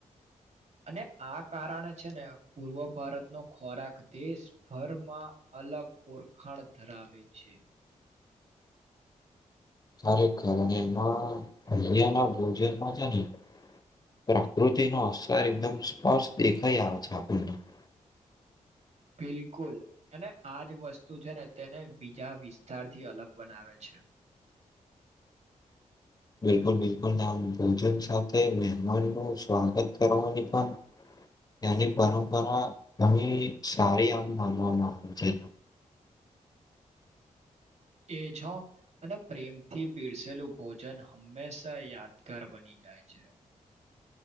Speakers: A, on the right (about 55°); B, on the left (about 30°).
A: અને આ કારણે છે ને પૂર્વ ભારતનો ખોરાક દેશભરમાં અલગ ઓરખાણ ધરાવે છે
B: ખરેખર અને એમાં અહયા ના ભોજનમાં છે ને પ્રકૃતિનો અસર એકદમ સ્પષ્ટ દેખાઈ આવે છે આપણે <inaudible>
A: બિલકુલ અને આજ વસ્તુ છે ને તેને બીજા વિસ્તાર થી અલગ બનાવે છે
B: બિલકુલ બિલકુલ ના ભોજન સાથે મહેમાન નું સ્વાગત કરવાની પણ એની પરંપરા ઘણી સારી આમ માનવામાં આવે છે
A: એ છો અને પ્રેમથી પીરસેલું ભોજન હંમેશા યાદગાર બની જાય છે